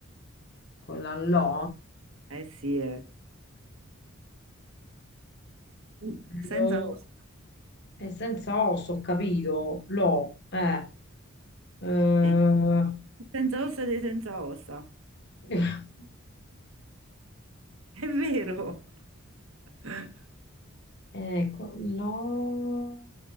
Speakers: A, on the left; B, on the right.
A: Con la lo.
B: eh sì, eh. Un- senza
A: Lo...
B: ossa,
A: E senza osso, ho capito, lo, eh, eh,
B: Eh, senza ossa dei senza ossa,
A: <laughs>
B: è vero, <laughs>
A: ecco, lo,